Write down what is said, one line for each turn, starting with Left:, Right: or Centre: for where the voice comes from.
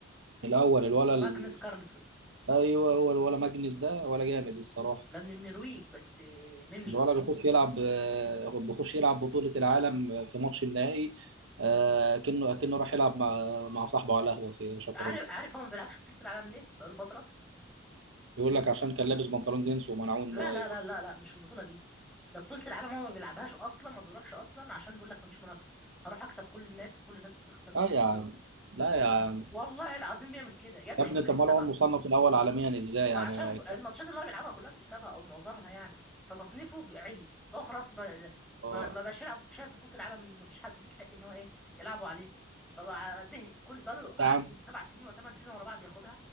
Right: الاول الولا
Centre: ماجنس
Right: ال...
Centre: كارلسن
Right: ايوه هو الولا ماجنس ده ولا جامد الصراحه
Centre: ده من النرويج بس نينجا
Right: الولا بيخش يلعب آه، بيخش يلعب بطوله العالم في ماتش النهائي آه، كأنه كأنه راح يلعب مع مع صاحبه على قهوه في شطرنج
Centre: عارف عارف هو ما بيلعبش بطولة العالم ليه بقاله فترة
Right: بيقول لك عشان كان لابس بنطلون جينز ومنعوه ان
Centre: لا
Right: هو
Centre: لا
Right: ي-
Centre: لا لا لا مش البطولة دي ده بطولة العالم هو ما بيلعبهاش أصلا ما بيروحش أصلا عشان بيقول لك مفيش منافسة هروح أكسب كل الناس كل الناس بتخسر مني
Right: اه يا
Centre: وخلاص
Right: عم لا
Centre: والله
Right: يا عم
Centre: والله العظيم بيعمل كده يا ابني
Right: يا ابني
Centre: فضل
Right: طب
Centre: يكسبها
Right: ما هو المصنف الاول عالميا ازاي
Centre: ما
Right: يعني
Centre: عشان الماتشات اللي هو بيلعبها كلها بيكسبها أو معظمها يعني فتصنيفه بي- عالي فهو خلاص ما
Right: اه
Centre: ما ما بقاش يلعب شايف بطولة العالم إن مفيش حد يستحق إن هو إيه يلعبوا عليها فبقى زهق كل بقاله قعد
Right: يا عم
Centre: يجي سبع سنين وثمان سنين ورا بعض ياخدها